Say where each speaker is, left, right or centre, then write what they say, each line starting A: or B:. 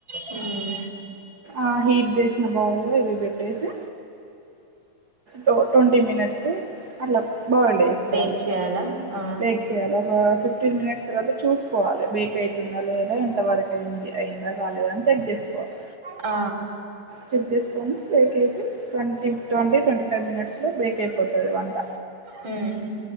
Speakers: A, on the right; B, on the right.
A: హ్మ్
B: ఆ హీట్ చేసిన బౌల్ లో ఇవి పెట్టేసి టో ట్వంటీ మినిట్స్ అట్లా బాయిల్డ్ చేసుకోవాలే
A: బేక్ చేయాలా ఆ
B: బేక్ చేయాలి ఒక ఫిఫ్టీన్ మినిట్స్ తర్వాత చూసుకోవాలి బేక్ అయి తుందా లేదా ఎంత వరకు అయింది అయిందా కాలేదా అని చెక్ చేసుకోవాలి
A: ఆ
B: చెక్ చేసుకొని బేక్ అయితే ట్వంటీ ట్వంటీ ట్వంటీ ఫైవ్ మినిట్స్లో బేక్ అయిపోతుంది వంట
A: హ్మ్